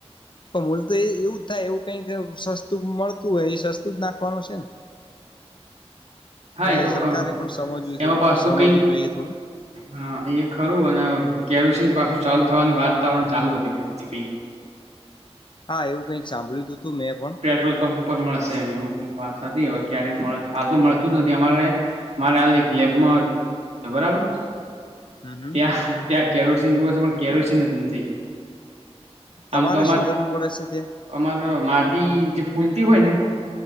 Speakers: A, on the left; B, on the right.
A: પણ મલ તો એ એવું જ થાય એવું કઈક સતું મળતું હોય એ સસ્તું જ નાખવાનું છે ને
B: હા
A: એટલે
B: એ તો
A: સરકારે
B: ખરું
A: પણ સમજવું થોડું
B: એમાં પાછું
A: સમજવું
B: કઈક
A: જોઈએ થોડું
B: હા એ ખરું અને કેરોસીન પાછું ચાલુ થવાની વાતાવરણ ચાલુ હતી પછી.
A: હા એવું કઈક સાંભળ્યું હતું મેં પણ
B: પેટ્રોલ પંપ ઉપર મળશે એ એવું ક વાત નથી હવે ક્યારેય મળે હાલ તો મળેતું જ નથી અમારે મારે હાલ એક લેબમાં બરાબર
A: હમ હમ
B: ત્યાં ત્યાં કેરોસીન જોવુંશે પણ કેરોસીન જ નથી
A: તમારે
B: આમ તો અમાર
A: શું જરૂર પડે છે ત્યાં?
B: અમાર માટી જે ફૂલતી હોય ને